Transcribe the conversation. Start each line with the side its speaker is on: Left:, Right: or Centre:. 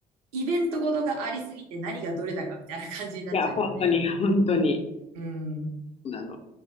Right: イベントごとがありすぎて何がどれだかみたいな感じになっちゃうよね。
Left: や、本当に、本当に。
Right: うん。
Left: そうなの。